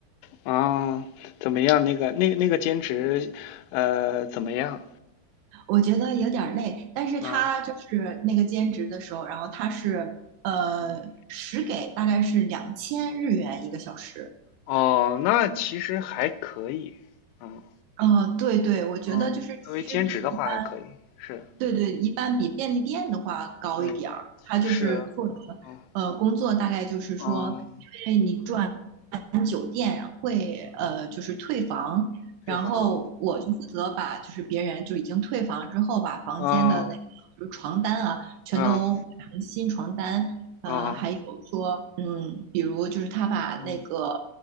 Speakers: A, on the left; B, on the right.
A: 啊！怎么样？那个那那个兼职，呃，怎么样？
B: 我觉得有点儿累，但是他就是那个兼职的时候，
A: 啊，
B: 然后他是呃时给大概是两千日元一个小时。
A: 嗯，哦，那其实还可以，嗯
B: 呃，对对，我觉得就是其实比一般
A: 嗯，作为兼职的话还可以，是，
B: 对对一般比便利店的话高一点儿。
A: 嗯，
B: 他就是做的
A: 是，嗯
B: 呃工作大概就是说，
A: 嗯
B: 因为你赚。店会呃就是退房，
A: 嗯，退房，
B: 然后我就负责把就是别人就已经退房之后，把房间的那个就是床单啊，
A: 嗯
B: 全都换成新床单，
A: 嗯
B: 呃，
A: 嗯
B: 还有说嗯，比如就是他把那个
A: 嗯